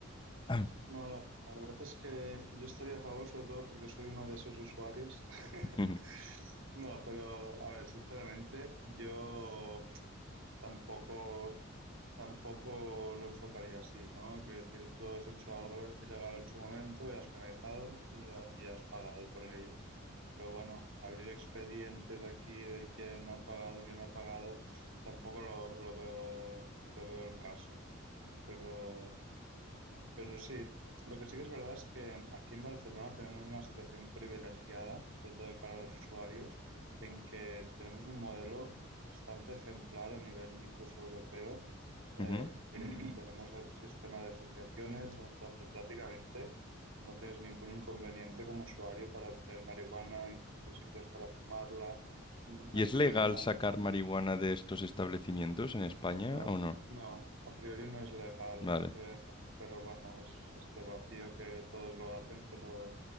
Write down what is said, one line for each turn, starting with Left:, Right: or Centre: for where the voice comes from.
Left: Ah.
Right: No, la la verdad es que yo estaría a favor, sobre todo porque soy uno de esos usuarios. <laughs>
Left: Ujú,
Right: No, pero a ver, sinceramente, yo tampoco, tampoco lo enfocaría así, ¿no? Quiero decir, tú has hecho algo ilegal en su momento y has penalizado y, ha- y has pagado por ello. Pero bueno, abrir expedientes aquí de quién no ha pagado, quién no ha pagado, tampoco lo, lo veo, lo veo el caso. Pero. Pero sí, lo que sí que es verdad es que aquí en Barcelona tenemos una situación privilegiada, sobre todo de cara a los usuarios, en que tenemos un modelo bastante ejemplar a nivel incluso europeo, eh,
Left: ujú.
Right: que tenemos el sistema de asociaciones donde prácticamente no tienes ningún inconveniente como usuario para obtener marihuana, incluso sitios para fumarla. Mm,
Left: ¿Y
Right: A
Left: es
Right: priori
Left: legal
Right: no
Left: sacar marihuana de estos establecimientos en España
Right: Ah,
Left: o no?
Right: No, a priori no es legal,
Left: Vale,
Right: eh, pero bueno, es este vacío que todos lo hacen, pero